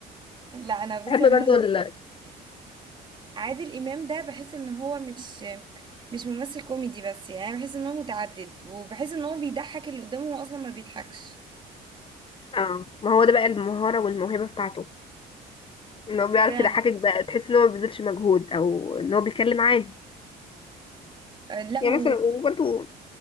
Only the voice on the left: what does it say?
بحب
برضه ال...
اه ما هو ده بقى المهاره والموهبه بتاعته ان هو بيعرف
يضحكك بقى تحس ان هو ما بيبذلش مجهود او ان هو بيتكلم عادي
يعني
مثلا وبرده